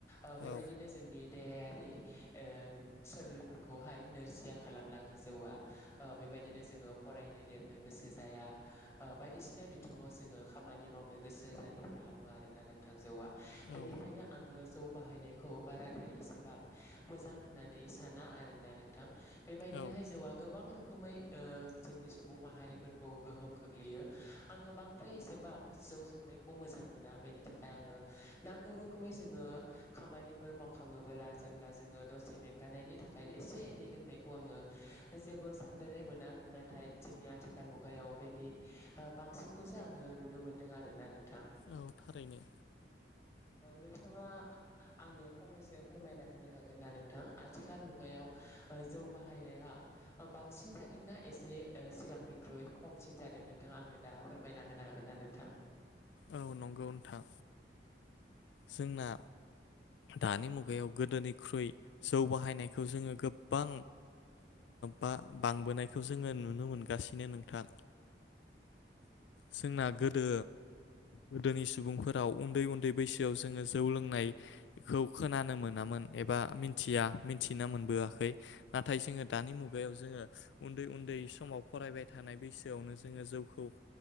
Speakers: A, on the left; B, on the left.
A: ओ बेबायदिनो
B: औ
A: जोंनि देहायारि ओ सोलेरफोरखौहाय नोरजिया खालामलाङो जौआ बेबायदिनो जोङो फरायनो लिरनो गोसो जाया आ बायदिसिना बिथिङाव जोङो खामानि मावनो गोसो जायै खालामो आरो ना नोंथां जौआ बेनिखायनो
B: औ
A: आङो जौ बाहायनायखौ बाराद्राय एसेबां मोजां होननानै साना आरो ना नोंथां बेबायदिहाय
B: औ
A: जौआ गोबां रोखोम खोमै जोंनि सुबुं माहारिफोरखौ गोहोम खोख्लैयो आङो बांद्राय एसेबां जौ संनायखौ मोजां मोना बेनि थाखाय आङो नांगौ रोखोमै जोङो खामानिफोर मावखाङोबोला जे जोङो दसे मेंगानायनि थाखाय एसे एनै लोंनायखौ आङो जेबो साबदायनाय मोना नाथाय जोंनि आथिखाल मुगायाव बेनि बांसिनखौसो आङो नुनो मोनदों आरो ना नों
B: औ थारैनो
A: नोंथाङा आंनो फंनैसो फोरमायना होनो हागोन गोन ना नोंथां आथिखाल मुगायाव जौ बाहायनाया बांसिन जादों ना एसे ओ सिगांनिख्रुइ खमसिन जादों नोंथाङा आंनो दा फोरमायना होनो हागोन ना नोंथां
B: औ नंगौ नोंथां जोंना दानि मुगायाव गोदोनिख्रुइ जौ बाहायनायखौ जोङो गोबां बा बांबोनायखौ जोङो नुनो मोनगासिनो नोंथां जोंना गोदो गोदोनि सुबुंफोराव उन्दै उन्दै बैसोआव जोङो जौ लोंनायखौ खोनानो मोनामोन एबा मिथिया मिन्थिना मोनबोआखै नाथाय जोङो दानि मुगायाव जोङो उन्दै उन्दै समाव फरायबाय थानाय बैसोआवनो जोङो जौखौ